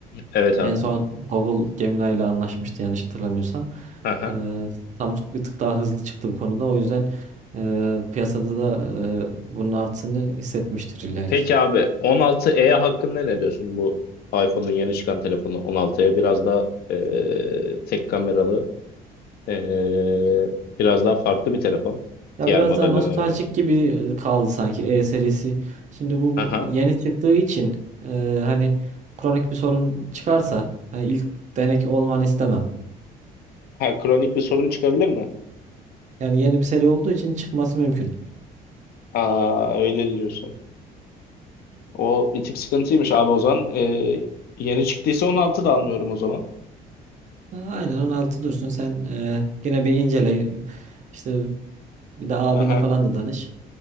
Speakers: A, on the left (about 65°); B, on the right (about 45°).
A: Evet abi.
B: En son Google Gemini ile anlaşmıştı yanlış hatırlamıyorsam.
A: Hı hı.
B: Eee Samsung bir tık daha hızlı çıktı bu konuda. O yüzden eee, piyasada da eee, bunun artısını hissetmiştir illa
A: Peki
B: ki.
A: abi On altı e hakkında ne diyorsun bu iPhone'un yeni çıkan telefonu 16e biraz daha e, tek kameralı e, biraz daha farklı bir telefon
B: Ya
A: diğer
B: biraz
A: modellerine
B: daha nostaljik
A: göre.
B: gibi kaldı sanki E serisi. Şimdi bu
A: Hı hı.
B: yeni çıktığı için eee, hani kronik bir sorun çıkarsa hani ilk denek olmanı istemem.
A: Ha, kronik bir sorun çıkabilir mi?
B: Yani yeni bir seri olduğu için çıkması mümkün.
A: Aa, öyle diyorsun. O bir tık sıkıntıymış abi o zaman. E, yeni çıktıysa on altı da almıyorum o zaman.
B: Ha, Aynen 16 dursun sen eee, yine bir incele işte bir de abine
A: Aha.
B: falan da danış.